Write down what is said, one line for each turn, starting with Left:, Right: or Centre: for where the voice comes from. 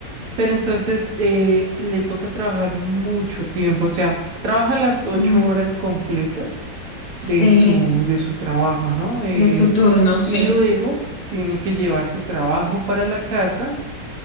Right: Pero entonces eh, le toca trabajar mucho tiempo, o sea, trabaja las ocho
Left: Mm,
Right: horas completas
Left: sí.
Right: de su, de su trabajo, ¿no? Eh,
Left: De su turno, sí.
Right: y luego tiene que llevarse trabajo para la casa